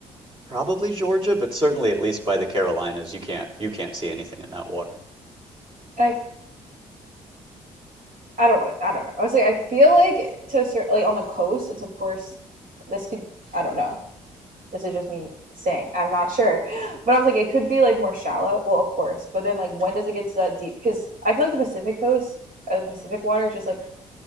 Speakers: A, on the right; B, on the right.
A: Probably Georgia, but certainly at least by the Carolinas, you can't you can't see anything in that water.
B: And I f- I don't want. to, I don't know. I was like, I feel like to a certain, like on the coast, it's of course this could. I don't know. this is just me saying i'm not sure but i was like it could be like more shallow well of course but then like when does it get to that deep because i feel like the pacific coast uh, the pacific water is just like